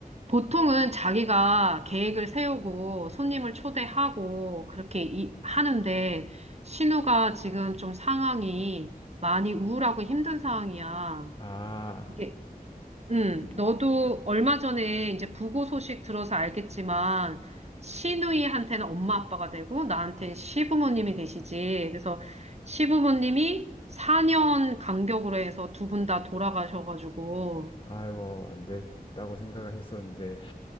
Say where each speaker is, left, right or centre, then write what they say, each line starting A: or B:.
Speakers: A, on the right (about 45°); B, on the left (about 30°).
A: 보통은 자기가 계획을 세우고 손님을 초대하고 그렇게 이- 하는데 신우가 지금 좀 상황이 많이 우울하고 힘든 상황이야.
B: 아,
A: 이게 음, 너도 얼마 전에 이제 부고 소식 들어서 알겠지만, 시누이한테는 엄마 아빠가 되고, 나한테는 시부모님이 되시지. 그래서 시부모님이 4년 간격으로 해서 두 분 다 돌아가셔가지고,
B: 아이고, 안 됐다고 생각을 했었는데.